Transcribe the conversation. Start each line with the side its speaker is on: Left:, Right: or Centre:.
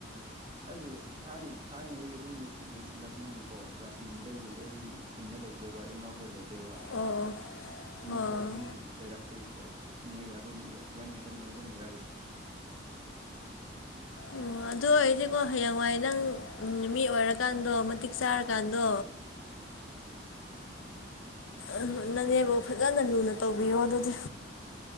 Right: ꯍꯥꯏꯕꯨ ꯊꯥꯏꯅ ꯊꯥꯏꯅꯗꯒꯤ ꯑꯗꯨꯝ ꯌꯦꯡꯁꯤꯜꯂꯛꯄꯅꯤꯅꯀꯣ ꯀ꯭ꯂꯥꯁ ꯀꯦꯖꯤꯗꯒꯤ ꯑꯩ ꯈꯨꯟꯗ ꯂꯩ ꯦꯕ ꯏꯃꯥ ꯍꯣꯏ ꯂꯩꯇꯦ ꯅꯠꯇꯦꯕ
Left: ꯑꯣ
Right: ꯏꯅꯦ
Left: ꯑꯣ ꯑꯣ
Right: ꯍꯣꯏ ꯑꯗꯨꯝ ꯂꯩꯔꯛꯄꯒꯤꯀꯣ ꯏꯅꯦꯒ ꯑꯗꯨꯝ ꯏꯕꯥꯅꯤꯇꯅꯤ ꯑꯗꯨꯝ ꯂꯩꯔꯣꯏꯁꯤ
Left: ꯑꯣ ꯑꯗꯨ ꯑꯣꯏꯗꯤꯀꯣ ꯍꯌꯦꯡꯋꯥꯏ ꯅꯪ ꯎ ꯃꯤ ꯑꯣꯏꯔꯀꯥꯟꯗꯣ ꯃꯇꯤꯛ ꯆꯥꯔꯀꯥꯟꯗꯣ ꯑꯝ ꯅꯪꯅꯦꯕꯨ ꯐꯖꯅ ꯂꯨꯅ ꯇꯧꯕꯤꯌꯣ ꯑꯗꯨꯗꯤ